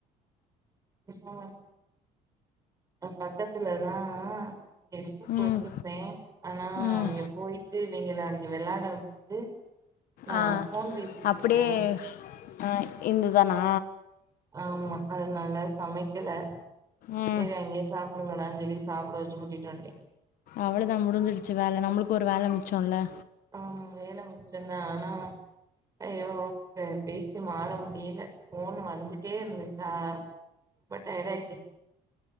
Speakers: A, on the right; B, on the left.
A: பேசாம பக்கத்துலதா இங்க சூப்பு வெச்சிருந்தே
B: ம்
A: ஆனா
B: ம்
A: அங்க போயிட்டு இவிங்கள அங்க வெளாட வுட்டுட்டு நா
B: ஆ
A: ஃபோன் பேசிட்ருந்தே
B: அப்படியே ஆ இந்துதானா
A: ஆமா அதனால சமைக்கல
B: ம்
A: சேரி அங்கயே சாப்பிடுங்கடான் சொல்லி சாப்பட வெச்சு கூட்டிட் வன்ட்டே
B: அவ்ளதா முடிஞ்சிருச்சு வேல நம்மளுக்கு ஒரு வேல மிச்சல்ல
A: ஆ வேல மிச்சந்தா ஆனா ஐயோ ப பேசி மாற முடியல ஃபோன் வந்துட்டே இருந்துச்சா ரொம்ப டயர்ட் ஆயிட்டே